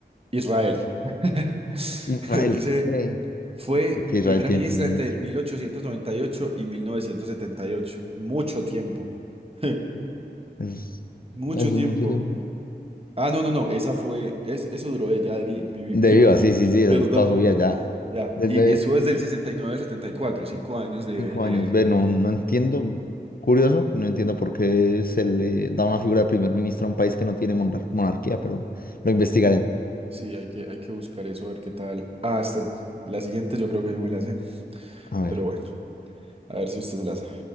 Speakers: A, on the right; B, on the left.
A: Israel. <laughs>
B: Israel,
A: Dice,
B: eh,
A: fue
B: Porque Israel
A: primera
B: tiene
A: ministra
B: primer ministro.
A: entre 1898 y 1978. Mucho tiempo. <laughs>
B: Es-
A: Mucho
B: Eso es mucho
A: tiempo.
B: tiempo.
A: Ah, no, no, no. Esa fue. es- eso duró ella de vi- vi-
B: De
A: viva,
B: viva,
A: viva.
B: sí, sí,
A: <laughs>
B: sí, eso
A: Perdón,
B: es toda su
A: perdón.
B: vida ya.
A: Ya.
B: Desde
A: Y eso
B: mm,
A: es del 69 al 74, cinco años de,
B: cinco
A: de...
B: años. Ve, no, no entiendo. Curioso, no entiendo por qué se le da una figura de primer ministro a un país que no tiene monar- monarquía, pero lo investigaré.
A: Sí, hay que, hay que buscar eso, a ver qué tal. Ah, esta, la siguiente yo creo que yo me la sé,
B: A ver.
A: pero bueno, a ver si usted se la sabe.